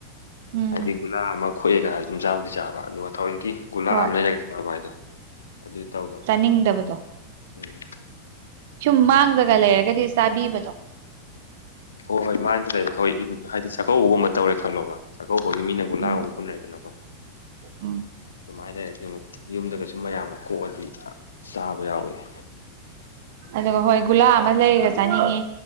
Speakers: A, on the right (about 50°); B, on the left (about 70°).
A: ꯎꯝ
B: ꯍꯥꯏꯗꯤ ꯒꯨꯂꯥ ꯑꯃ ꯈꯣꯑꯒ ꯍꯥꯏꯔꯁꯨ ꯑꯗꯨꯝ ꯆꯥꯕꯨꯗꯤ ꯆꯥꯕ ꯑꯗꯨ ꯋꯥꯠ ꯊꯧꯑꯣꯏꯀꯤ ꯒꯨꯂꯥ
A: ꯍꯣꯏ
B: ꯑꯃ ꯂꯩꯔꯒ ꯆꯥꯕ ꯍꯥꯏꯗꯣ ꯑꯗꯨꯗꯤ ꯇꯧꯗꯕ
A: ꯅꯤꯡꯗꯕꯗꯣ
B: ꯎꯝ
A: ꯁꯨꯝ ꯃꯥꯡꯗꯒ ꯂꯩꯔꯒꯗꯤ ꯆꯥꯕꯤꯕꯗꯣ
B: ꯍꯣꯏ ꯍꯣꯏ ꯃꯥꯡꯗ ꯂꯩꯕ ꯍꯣꯏ ꯍꯥꯏꯗꯤ ꯆꯥꯛꯀꯧꯕꯒꯨꯝꯕ ꯇꯧꯔꯦ ꯈꯜꯂꯣꯕ ꯆꯥꯛꯀꯧꯕꯒꯤ ꯃꯤꯅ ꯒꯨꯂꯥꯒꯨꯝꯕ
A: ꯎꯝ
B: ꯄꯨꯟꯅꯩꯗꯅꯀꯣ
A: ꯎꯝ
B: ꯑꯗꯨꯃꯥꯏꯅ ꯂꯩꯔꯗꯤ ꯑꯃꯨꯛ ꯌꯨꯝꯗꯒꯁꯨ ꯃꯌꯥꯝꯅ ꯀꯣꯛꯑꯗꯤ ꯆꯥꯕ ꯌꯥꯎꯏꯤ
A: ꯑꯗꯨꯒ ꯍꯣꯏ ꯒꯨꯂꯥ ꯑꯃ ꯂꯩꯔꯒ ꯆꯥꯅꯤꯡꯉꯤ